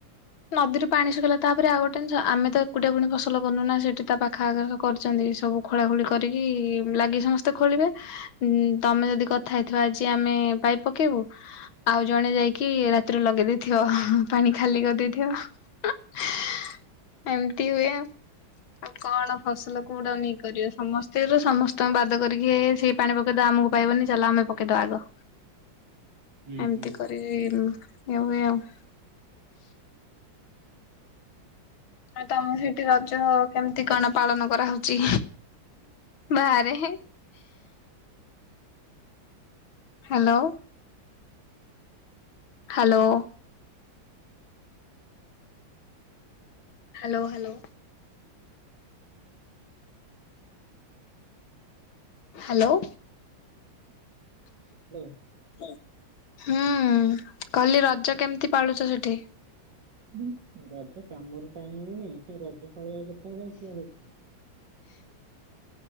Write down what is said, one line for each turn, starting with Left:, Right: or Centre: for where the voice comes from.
Left: ନଦୀରୁ ପାଣି ଶୁଖେଇଲା ତାପରେ ଆଉ ଗୋଟେ ଜିନିଷ ଆମେ ତ ଏକୁଟିଆ ପୁଣି ଫସଲ କରନୁ ନା ସେଠି ତା ପାଖ ଆଗ କରିଛନ୍ତି ସବୁ। ଖୋଳା ଖୋଳି କରିକି ଲାଗି ସମସ୍ତେ ଖୋଳିବେ ଉଁ ତମେ ଯଦି କଥା ହେଇଥିବ ଆଜି ଆମେ ପାଇପ୍ ପକେଇବୁ ଆଉ ଜଣେ ଯାଇକି ରାତିରେ ଲଗେଇ ଦେଇେଥିବ ପାଣି ଖାଲି କରିଦେଇ <unintelligible> ଥିବ <unintelligible> ଏମିତି ହୁଏ ଆଉ। ଆଉ କଣ ଫସଲ କୋଉଟା ନେଇ କରିବ ସମସ୍ତେ ସମସ୍ତଙ୍କୁ ବାଦ କରିକି ଏ ସେଇ ପାଣି ପକେଇଦବା ଆମକୁ ପାଇବନି ଚାଲ ଆମେ ପକେଇଦବା ଆଗ।
Right: <inaudible> ହୁଁ
Left: ଏମିତି
Right: ହୁଁ
Left: କରିକୀ ଇଏ ହୁଏ ଆଉ। ଆଉ ତମ ସେଇଠି ରଜ କେମିତି କଣ ପାଳନ କରାହଉଛି ବାହାରେ <unintelligible> hello. Hello. Hello hello. Hello.
Right: Hello.
Left: <unintelligible> ହୁଁ କହିଲି ରଜ କେମିତି ପାଳୁଛ ସେଠି?
Right: ହୁଁ, ରଜ କାମରୁ ଟାଇମ୍ ମିଳୁନି ସେ ରଜ ପାଳିବା କେତେବେଳେ ସେ